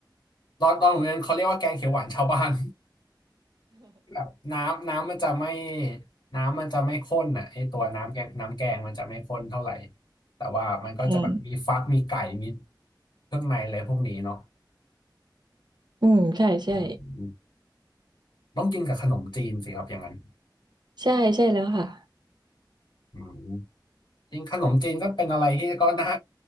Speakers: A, on the left; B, on the right.
A: ตอนตอนโรงเรียนเขาเรียกว่าแกงเขียวหวานชาวบ้าน <laughs> แบบน้ำน้ำมันจะไม่น้ำมันจะไม่ข้นอ่ะไอตัวน้ำแกงน้ำแกงมันจะไม่ข้นเท่าไหร่แต่ว่ามันก็จะแบบมีฟักมีไก่มี
B: <laughs> อืม
A: เครื่องในอะไรพวกนี้เนาะ
B: อืมใช่ใช่
A: อืมต้องกินกับขนมจีนสิครับอย่างนั้น
B: ใช่ใช่แล้วค่ะ
A: อืมจริงขนมจีนก็เป็นอะไรที่ก็น่า